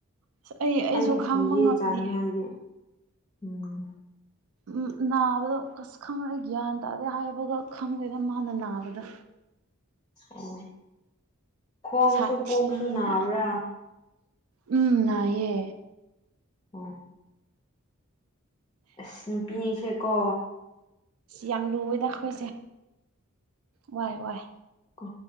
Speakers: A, on the right; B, on the left.
A: ꯑꯁ ꯑꯩ ꯑꯩꯁꯨ
B: ꯑꯩꯗꯤ
A: ꯈꯥꯡꯕ
B: ꯀꯤꯌꯦ
A: ꯉꯝꯗꯦ
B: ꯆꯥꯅꯤꯡꯉꯥꯏꯗꯤ ꯎꯝ
A: ꯎꯝ ꯅꯥꯕꯗꯣ ꯀꯁ ꯈꯪꯉꯦ ꯒ꯭ꯌꯥꯟ ꯇꯥꯗꯦ ꯍꯥꯏꯕꯒ ꯈꯪꯗꯦꯗ ꯃꯥꯅ ꯅꯥꯕꯗ
B: ꯑꯣ ꯈꯣꯡꯁꯨ
A: ꯁꯥꯊꯤꯅ
B: ꯄꯣꯛꯁꯨ ꯅꯥꯕ꯭ꯔꯥ
A: ꯎꯝ ꯅꯑꯌꯦ
B: ꯑ ꯑꯁ ꯅꯨꯄꯤꯁꯦ ꯀꯣ
A: ꯁꯤ ꯌꯥꯝ ꯂꯨꯋꯦꯗ ꯑꯩꯈꯣꯏꯁꯦ ꯋꯥꯏ ꯋꯥꯏ
B: ꯀ